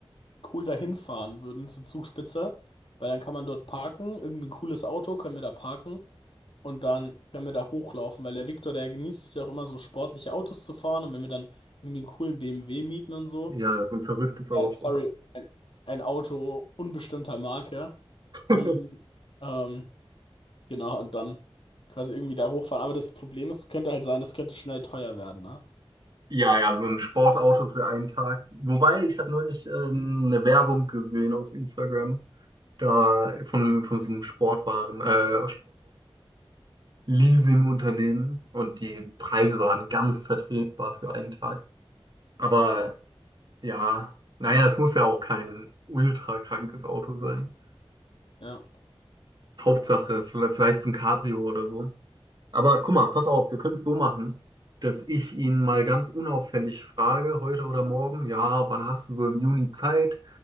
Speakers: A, on the left; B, on the right.
A: cool dahin fahren würden zur Zugspitze? Weil dann kann man dort parken, irgendwie ein cooles Auto können wir da parken und dann können wir da hochlaufen, weil der Viktor, der genießt es ja auch immer so sportliche Autos zu fahren und wenn wir dann irgendwie einen coolen BMW mieten und so,
B: Ja, so ein verrücktes
A: äh,
B: Auto.
A: sorry, ein, ein Auto unbestimmter Marke
B: <laughs>
A: mieten, ähm, Genau, und dann quasi irgendwie da hochfahren. Aber das Problem ist, könnte halt sein, das könnte schnell teuer werden, ne?
B: Ja, ja, so ein Sportauto für einen Tag. Wobei, ich habe neulich ähm, eine Werbung gesehen auf Instagram, da von, von so einem Sportwaren, äh, Sportauto-Leasing-Unternehmen und die Preise waren ganz vertretbar für einen Tag. Aber ja, naja, es muss ja auch kein ultra krankes Auto sein.
A: Ja.
B: Hauptsache, vielleicht, vielleicht so ein Cabrio oder so. Aber guck mal, pass auf, wir können es so machen, dass ich ihn mal ganz unauffällig frage, heute oder morgen, ja, wann hast du so im Juni Zeit,